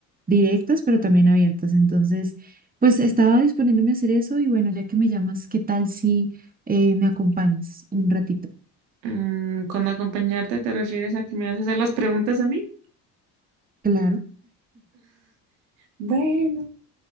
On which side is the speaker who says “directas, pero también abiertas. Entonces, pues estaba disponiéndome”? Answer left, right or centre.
Right